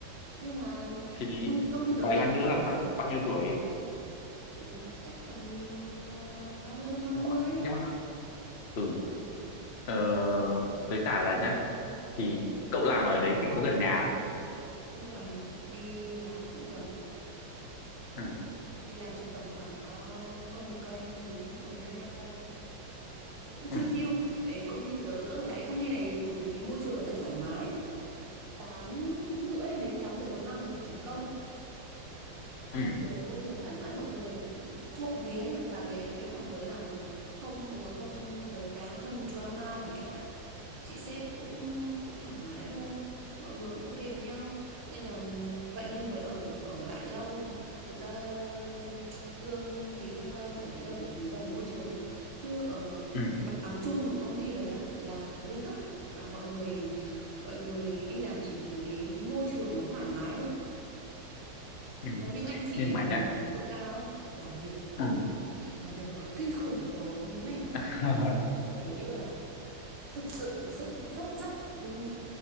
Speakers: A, on the right (about 70°); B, on the left (about 45°).
A: nhưng mà
B: thì,
A: công công ty
B: thì
A: tớ
B: vài
A: lại
B: năm nữa
A: kiểu
B: là khoảng tầm bao nhiêu tuổi ấy.
A: ừ, chắc tầm ờ, ba mươi hơn ba mươi
B: Ờ, nhưng mà ừ ờ, với cả là nhá thì cậu làm ở đấy thì có gần nhà
A: cũng gần đi làm cũng gần
B: không
A: đi làm chắc tầm khoảng ờ, hơn một cây không đến không đến hai cây cũng
B: ừ
A: chiêu
B: ừ
A: chiêu Ấy, công ty tớ tớ ở lại công ty này bởi vì cái môi trường nó rất thoải mái tám rưỡi đến tám giờ bốn mươi lăm mới phải chấm công
B: ừ
A: xong rồi môi trường thoải mái mọi người trộm vía nhá là cái cái phòng tớ làm không mọi người không đấu đá không drama gì cả chị sếp cũng cũng thoải mái thôi mọi người cũng ok với nhau nên là vậy nên mới ở ở lại lâu thực ra ừm, lương thì không cao nhưng ở lại lâu bởi vì do cái môi trường ấy chứ ở
B: ừ,
A: mặt bằng chung của công ty rồi nhá là lương thấp là mọi người mọi người đi làm chỉ vì cái môi trường nó thoải mái thôi
B: ừ.
A: có những anh chị
B: nhưng mà
A: làm
B: nhá
A: lương cao ấy làm việc ôi
B: ừ.
A: làm việc họ kinh khủng tớ mê mà
B: <laughs>
A: tớ không biết sao. kiểu như là thực sự rất rất rất ừm,